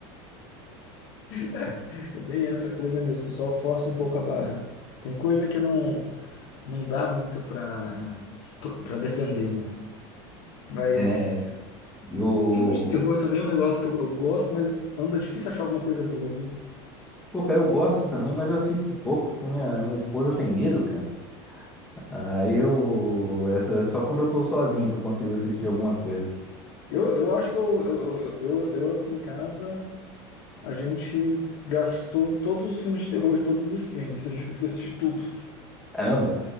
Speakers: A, on the left (about 45°); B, in the centre.
A: É, é bem essa coisa mesmo, o pessoal. Força um pouco a barra. Tem coisa que não, não dá muito para para defender, né? Mas
B: É, eu.
A: filme de terror também é um negócio que eu, eu gosto, mas anda difícil achar alguma coisa boa, viu?
B: Pô, cara, eu gosto também, mas eu assisto pouco, porque minha, minha esposa tem medo, cara. Aí eu. É só é só quando eu tô sozinho que eu consigo assistir alguma coisa.
A: Eu, eu acho que eu, eu, eu, eu, eu aqui em casa a gente gastou todos os filmes de terror de todos os streams. A gente conseguiu assistir tudo.
B: Caramba,